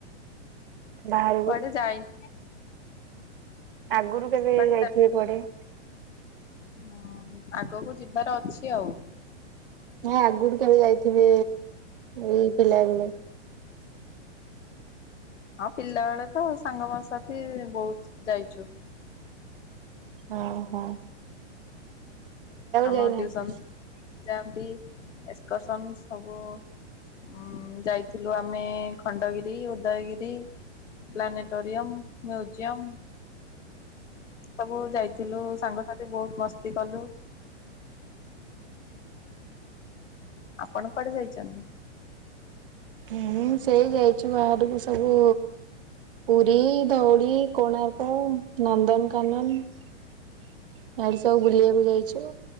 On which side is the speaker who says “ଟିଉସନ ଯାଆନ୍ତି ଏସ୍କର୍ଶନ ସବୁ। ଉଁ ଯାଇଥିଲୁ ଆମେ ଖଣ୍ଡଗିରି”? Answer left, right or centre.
Left